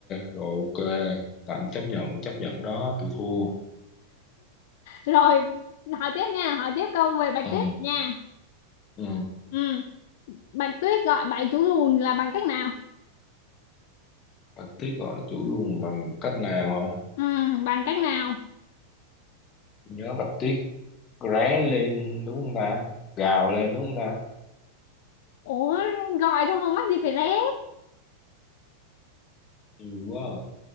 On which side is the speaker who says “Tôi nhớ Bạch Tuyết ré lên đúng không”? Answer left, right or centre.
Left